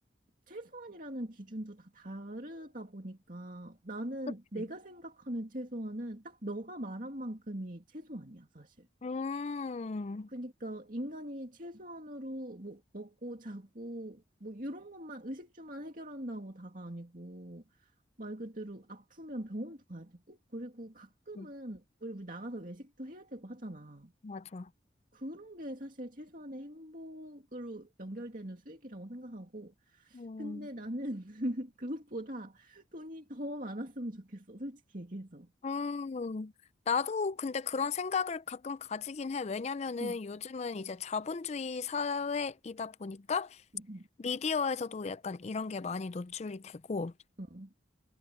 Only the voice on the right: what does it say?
최소한이라는 기준도 다 다르다 보니까 나는
내가 생각하는 최소한은 딱 너가 말한 만큼이 최소한이야, 사실.
그러니까 인간이 최소한으로 뭐 먹고 자고 뭐 이런 것만 의식주만 해결한다고 다가 아니고 말 그대로 아프면 병원도 가야 되고, 그리고 가끔은
우리 우리 나가서 외식도 해야 되고 하잖아.
그런 게 사실 최소한의 행복으로 연결되는 수익이라고 생각하고,
근데 나는 <laughs> 그것보다 돈이 더 많았으면 좋겠어, 솔직히 얘기해서.
응,
응, 응,
응.